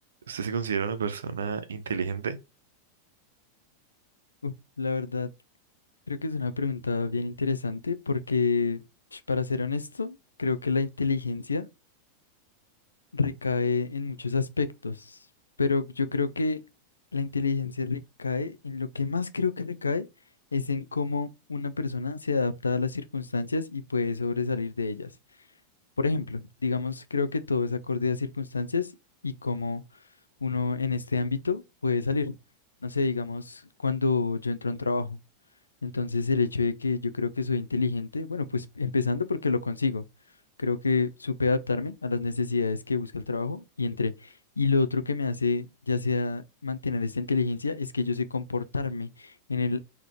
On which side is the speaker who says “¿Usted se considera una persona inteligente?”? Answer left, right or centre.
Right